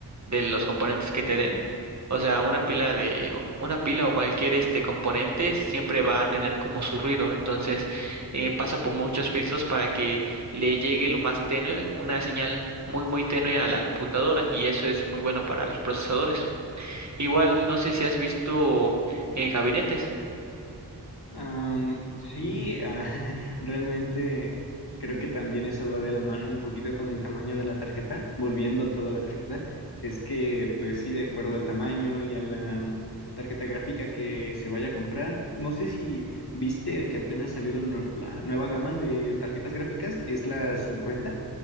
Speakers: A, on the right; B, on the left.
A: de los componentes que te den, o sea, una pila de, una pila o cualquier este componente siempre va a tener como su ruido. Entonces, eh, pasa por muchos filtros para que le llegue lo más tenue, una señal muy muy tenue a la computadora y eso es muy bueno para los procesadores. Igual no sé si has visto eh, gabinetes,
B: Am, sí, ah, <laughs> realmente creo que también eso va de la mano un poquito con el tamaño de la tarjeta, volviendo a toda la tarjeta, es que pues sí, de acuerdo al tamaño y a la mm, tarjeta gráfica que se vaya a comprar, no sé si viste que apenas salió la, nu- la nueva gama de tarjetas gráficas, que es la 50